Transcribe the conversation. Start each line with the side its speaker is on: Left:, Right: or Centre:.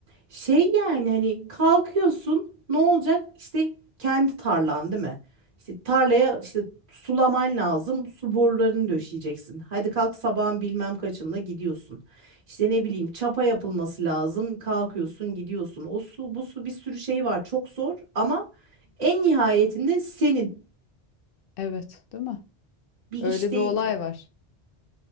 Right: Şey yani hani kalkıyorsun ne olacak? işte kendi tarlan değil mi? İşte tarlaya işte sulaman lazım. Su borularını döşeyeceksin. Hadi kalk sabahın bilmem kaçında gidiyorsun. İşte ne bileyim çapa yapılması lazım. Kalkıyorsun gidiyorsun. O su bu su bir sürü şey var. Çok zor ama en nihayetinde senin
Left: Evet, değil mi?
Right: bir
Left: Öyle
Right: iş değil.
Left: bir olay
Right: yani.
Left: var.